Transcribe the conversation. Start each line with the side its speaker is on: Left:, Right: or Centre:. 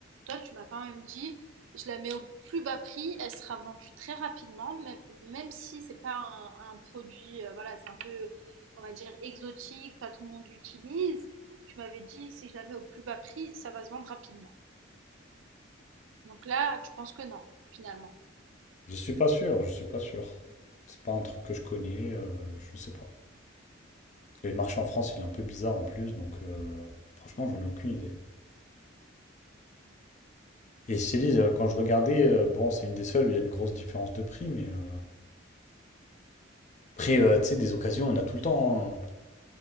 Right: toi, tu m'as quand même dit, je la mets au plus bas prix, elle sera vendue très rapidement, même, même si c'est pas un, un produit, euh, voilà, c'est un peu, on va dire, exotique, pas tout le monde l'utilise. Tu m'avais dit, si je la mets au plus bas prix, ça va se vendre rapidement. Donc là, tu penses que non, finalement.
Left: Je suis pas sûr, je suis pas sûr. C'est pas un truc que je connais, euh, je sais pas. Et le marché en France, il est un peu bizarre en plus, donc euh, franchement, j'en ai aucune idée. Et je te dis, euh, quand je regardais, euh, bon, c'est une des seules où il y a une grosse différence de prix, mais euh, après, euh, tu sais, des occasions, on a tout le temps. hein.